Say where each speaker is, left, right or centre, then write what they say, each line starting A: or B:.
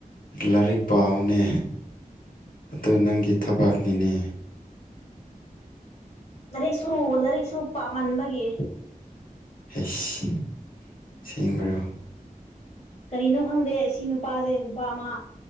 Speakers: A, on the left (about 70°); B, on the left (about 45°).
A: ꯂꯥꯏꯔꯤꯛ ꯄꯅꯦ ꯑ ꯅꯪꯒꯤ ꯊꯕꯛꯅꯤꯅꯦ
B: ꯂꯥꯏꯔꯤꯛꯁꯨ ꯂꯥꯏꯔꯤꯛꯁꯨ ꯄꯥꯝꯃꯟꯕꯒꯤ
A: ꯍꯁ ꯁꯦꯡꯕꯔꯣ
B: ꯀꯔꯤꯅꯣ ꯈꯪꯗꯦ ꯁꯤ ꯅꯨꯄꯥꯁꯦ ꯅꯨꯄꯥ ꯑꯃ